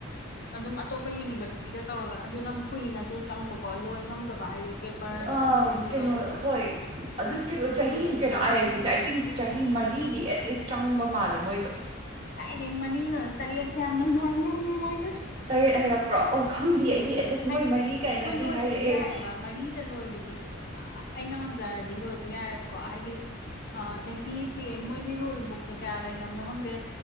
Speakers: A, on the left; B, on the right.
A: ꯑꯗꯨꯝ ꯑꯇꯣꯞꯄ ꯌꯨꯅꯤꯚꯔꯁꯤꯇꯤꯗ ꯇꯧꯔꯒ ꯑꯗꯨꯝ ꯀꯨꯏꯅꯁꯨ ꯆꯪꯕꯀꯣ ꯂꯣꯏ ꯉꯝꯗꯕ ꯍꯥꯏꯗꯤ ꯄꯦꯄꯔ
B: ꯑꯥ,
A: ꯐꯣꯡꯕ ꯈꯣꯠꯄꯗꯣ
B: ꯀꯩꯅꯣ ꯍꯣꯏ ꯑꯗꯨ ꯁꯇ꯭ꯔꯤꯛ ꯆꯍꯤ ꯀꯩꯅꯣ ꯑꯥꯏ ꯑꯥꯏ ꯇꯤꯁꯦ ꯆꯍꯤ ꯃꯔꯤꯗꯤ ꯑꯦꯠꯂꯤꯁ ꯆꯪꯕ ꯃꯥꯜꯂꯦ ꯃꯣꯏꯗꯣ
A: ꯀꯥꯏꯔꯦ ꯃꯔꯤꯅꯣ ꯇꯔꯦꯠꯁꯦ ꯌꯥꯝꯅ ꯅꯣꯔꯃꯦꯜ ꯑꯣꯏ
B: ꯇꯔꯦꯠ ꯍꯥꯏꯔꯛꯄ꯭ꯔꯣ ꯑꯣ ꯈꯪꯗꯦ ꯑꯩꯗꯤ ꯑꯦꯠꯂꯤꯁ
A: ꯍꯥꯏꯗꯤ
B: ꯃꯣꯏ ꯃꯔꯤ ꯀꯥꯏꯅꯗꯤ
A: ꯍꯣꯏ ꯂꯣꯏꯕꯗꯤ
B: ꯍꯥꯏꯔꯛꯑꯦ
A: ꯌꯥꯏꯕ ꯃꯔꯤꯗ ꯂꯣꯏꯕꯗꯤ ꯑꯩꯅ ꯂꯣꯏꯕ ꯌꯥꯏꯑꯕꯀꯣ ꯍꯥꯏꯗꯤ ꯆꯍꯤ ꯄꯤ ꯃꯣꯏꯒꯤ ꯔꯨꯜꯕꯨꯛ ꯀꯌꯥ ꯂꯩꯅꯕꯅꯣ ꯈꯪꯗꯦ